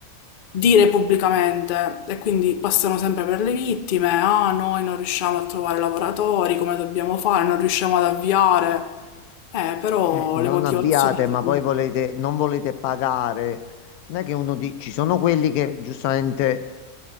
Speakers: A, on the left (about 65°); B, on the left (about 85°).
A: dire pubblicamente e quindi passano sempre per le vittime, ah, noi non riusciamo a trovare lavoratori, come dobbiamo fare, non riusciamo ad avviare. Eh, però
B: Eh, non
A: le motivazioni...
B: avviate, ma poi volete, non volete pagare. Non è che uno di... Ci sono quelli che giustamente